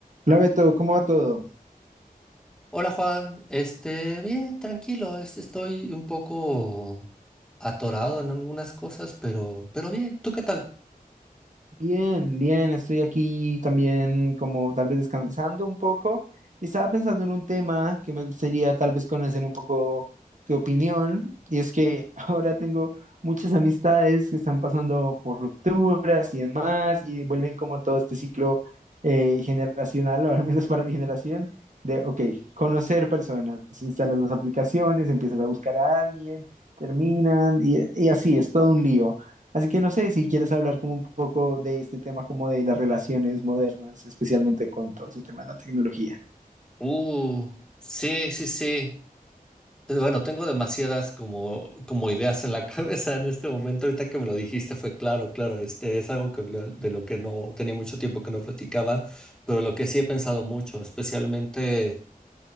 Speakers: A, on the right (about 55°); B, in the centre.
A: Hola Beto, ¿cómo va todo?
B: Hola Juan, este, bien, tranquilo, es- estoy un poco atorado en algunas cosas, pero, pero bien, ¿tú qué tal?
A: Bien, bien, estoy aquí también como tal vez descansando un poco y estaba pensando en un tema que me gustaría tal vez conocer un poco tu opinión y es que <laughs> ahora tengo muchas amistades que están pasando por rupturas y demás y vuelven como todo este ciclo eh, generacional, o al menos para mi generación, de, ok, conocer personas, instalas las aplicaciones, empiezas a buscar a alguien, terminan y y así, es todo un lío. Así que no sé si quieres hablar como un poco de este tema, como de las relaciones modernas, especialmente con todo ese tema de la tecnología.
B: Uh, sí, sí, sí. Pero Bueno, tengo demasiadas como, como ideas en la <laughs> cabeza en este momento. Ahorita que me lo dijiste fue claro, claro, este es algo que, lo- de lo que no tenía mucho tiempo que no platicaba, pero lo que sí he pensado mucho, especialmente.